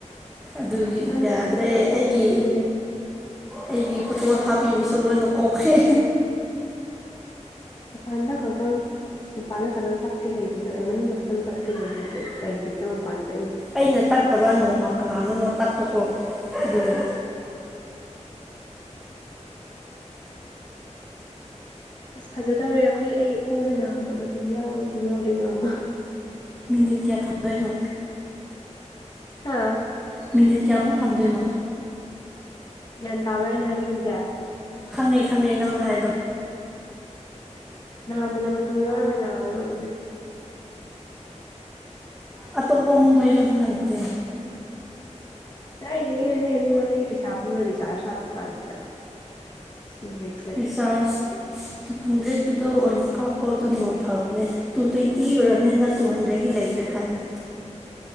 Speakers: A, in the centre; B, on the left (about 35°).
A: ꯑꯗꯨꯒꯤ
B: ꯑꯁ
A: ꯌꯥꯗ꯭ꯔꯦ
B: ꯑꯣꯟꯊꯣꯛꯄ
A: ꯑꯩꯒꯤ
B: ꯃꯤꯅꯦꯍꯦ
A: ꯑꯩꯒꯤ ꯐꯣꯇꯣ ꯍꯥꯞꯄꯤꯕꯁꯨ ꯂꯣꯏꯅ ꯀꯣꯛꯈ꯭ꯔꯦ
B: ꯄꯥꯟꯗ ꯈꯥꯎꯗ ꯃꯄꯥꯟꯗ ꯈꯤꯇꯪ ꯇꯛꯀꯦ ꯂꯩꯗꯦꯅ ꯃꯅꯨꯡꯗ ꯈꯤꯇꯪ ꯇꯛꯀꯦ ꯂꯩꯦ ꯀꯩꯠꯇ ꯃꯄꯥꯟꯗ
A: ꯑꯩꯅ ꯇꯛꯇꯕ ꯅꯣꯡꯃ ꯀꯅꯥꯅꯣꯅ ꯇꯛꯄꯀꯣ ꯑꯗꯨꯗꯤ
B: ꯑꯁ ꯐꯖꯗꯧꯔꯦ ꯑꯩꯈꯣꯏ ꯑꯩꯒꯤ ꯈꯣꯡꯁꯤꯦ ꯅꯅꯥ ꯑꯃ ꯃꯇꯨ ꯌꯥꯎꯔ ꯃꯇꯨ ꯌꯥꯎꯗꯣꯏꯅꯣ ꯑꯃ
A: ꯃꯤꯅꯤꯠ ꯀꯌꯥ ꯊꯝꯗꯣꯏꯅꯣ
B: ꯍꯥꯥ
A: ꯃꯤꯅꯤꯠ ꯀꯌꯥꯃꯨꯛ ꯄꯥꯝꯗꯣꯏꯅꯣ
B: ꯒ꯭ꯌꯥꯟ ꯇꯥꯔꯣꯏꯅ ꯍꯥꯏꯅꯤꯡꯕꯁꯦ
A: ꯈꯪꯉꯤ ꯈꯪꯉꯦ ꯅꯪꯅ ꯍꯥꯏꯗꯣ
B: ꯅꯥ ꯃꯅ ꯃꯆꯨ ꯌꯥꯎꯔꯒ ꯂꯅꯥ
A: ꯑꯇꯣꯞꯄ ꯑꯃ ꯂꯩꯔꯁꯨ ꯅꯗꯦ
B: ꯅꯗꯒꯤꯍꯦ ꯃꯤꯉꯣꯟꯗꯒꯤ ꯄꯩꯁꯥ ꯄꯨꯔ ꯔꯤꯆꯥꯔꯖ ꯍꯥꯞꯄꯤ ꯀꯥꯟꯁꯤꯗ ꯁꯤꯕꯦꯛ
A: ꯔꯤꯆꯥꯔꯖ ꯇꯨ ꯍꯟꯗ꯭ꯔꯦꯠꯀꯤꯗꯣ ꯑꯣꯏꯅ ꯀꯥꯞꯄꯣ ꯑꯗꯨ ꯅꯣꯡ ꯐꯕꯅꯦ ꯇꯨ ꯇ꯭ꯋꯦꯟꯇꯤ ꯑꯣꯏꯔꯝꯅꯤ ꯍꯟꯗ ꯇꯨ ꯍꯟꯗ꯭ꯔꯦꯠꯀꯤ ꯂꯩꯇ꯭ꯔꯦ ꯍꯥꯏꯅ